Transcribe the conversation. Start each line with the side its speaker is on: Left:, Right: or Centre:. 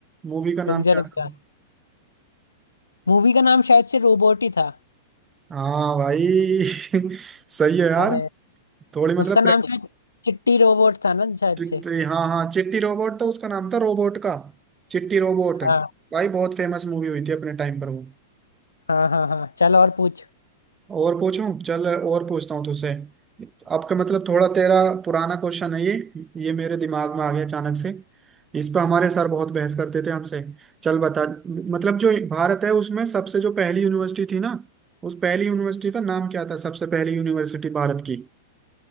Right: मूवी का नाम
Left: रुक जा
Right: क्या
Left: रुक
Right: था
Left: जा मूवी का नाम शायद से रोबोट ही था
Right: हाँ भाई <laughs> सही है यार
Left: अरे
Right: थोड़ी मतलब
Left: उसका नाम शायद चिट्टी रोबोट था ना शायद
Right: चिट्टी
Left: से
Right: हाँ हाँ चिट्टी रोबोट तो उसका नाम था रोबोट का चिट्टी रोबोट
Left: हाँ
Right: भाई बहुत फेमस मूवी हुई थी अपने टाइम पर वो
Left: हाँ हाँ हाँ चल और पूछ
Right: और पूछूं चल और पूछता हूँ तुझसे आपका मतलब थोड़ा तेरा पुराना क्वेश्चन है ये ये मेरे दिमाग में आ गया अचानक से इस पर हमारे सर बहुत बहस करते थे हमसे चल बता मतलब जो भारत है उसमें सबसे जो पहली यूनिवर्सिटी थी ना उस पहली यूनिवर्सिटी का नाम क्या था सबसे पहली यूनिवर्सिटी भारत की